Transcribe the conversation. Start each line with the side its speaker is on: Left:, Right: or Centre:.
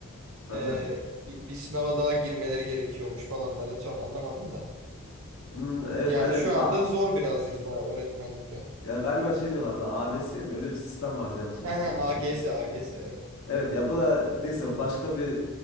Left: Aha.
Right: Ee, bir sınava daha girmeleri gerekiyormuş falan. Ben de tam anlamadım da.
Left: Hmm, evet
Right: Yani
Left: aynen.
Right: şu
Left: A-
Right: anda zor birazcık daha öğretmenlikte.
Left: ya galiba şey diyorlardı AVS mi? Öyle bir sistem vardı
Right: <laughs>
Left: yanlış hatırlamıyorsun.
Right: AGS, AGS evet.
Left: Evet ya bu da neyse başka bir